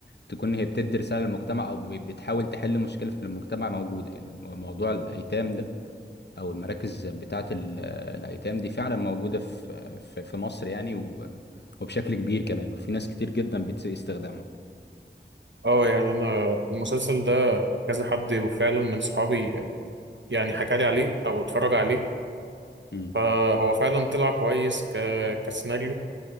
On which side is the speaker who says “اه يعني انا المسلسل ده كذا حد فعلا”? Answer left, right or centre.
Right